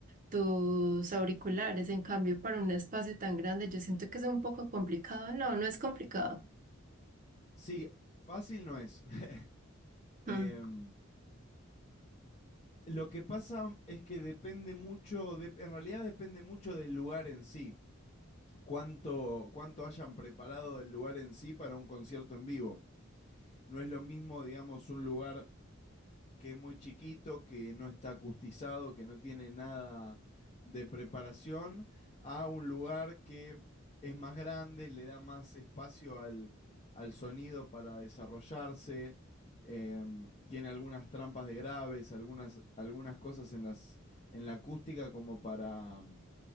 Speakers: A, on the right; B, on the left.
A: tus auriculares. En cambio, para un espacio tan grande, yo siento que es un poco complicado. No, no es complicado.
B: Sí, fácil no es. <laughs> Em,
A: Mm.
B: lo que pasa es que depende mucho, de- en realidad depende mucho del lugar en sí. Cuánto, cuánto hayan preparado el lugar en sí para un concierto en vivo. No es lo mismo, digamos, un lugar que es muy chiquito, que no está acustizado, que no tiene nada de preparación, a un lugar que es más grande, le da más espacio al, al sonido para desarrollarse, em, tiene algunas trampas de graves, algunas, algunas cosas en, las, en la acústica como para,